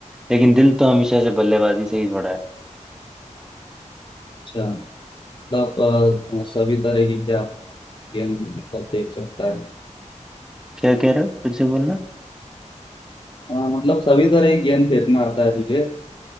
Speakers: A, in the centre; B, on the left.
A: लेकिन दिल तो हमेशा से बल्लेबाजी से ही जुड़ा है
B: अच्छा मतलब अ, सभी तरह की क्या गेंद मतलब देख सकता है
A: क्या कह रहे हो फिर से बोलना
B: हाँ, मतलब सभी तरह की गेंद फेंकना आता है तुझे